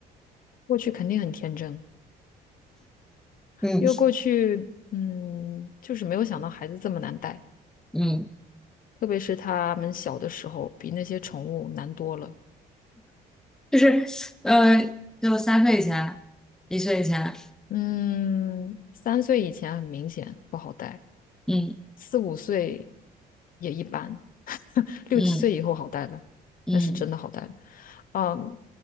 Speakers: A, on the left; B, in the centre.
A: 过去肯定很天真，
B: 嗯
A: 因为过去嗯就是没有想到孩子这么难带，
B: 嗯，
A: 特别是他们小的时候比那些宠物难多了。
B: 就是呃，就三岁以前，一岁以前，
A: 嗯，三岁以前很明显不好带，
B: 嗯
A: 四五岁也一般，<laughs> 六七岁以后好带了，
B: 嗯嗯
A: 那是真的好带了。嗯，